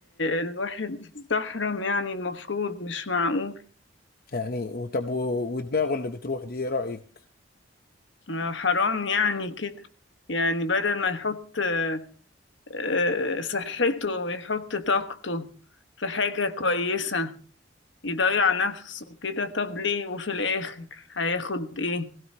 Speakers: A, on the left; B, on the left.
A: الواحد استحرم يعني المفروض مش معقول
B: يعني وطب و- ودماغه اللي بتروح دي ايه رايك
A: آه، حرام يعني كده يعني بدل ما يحط آه، آه، صحته ويحط طاقته في حاجة كويسة يضيع نفسه كده طب ليه وفي الآخر هياخد ايه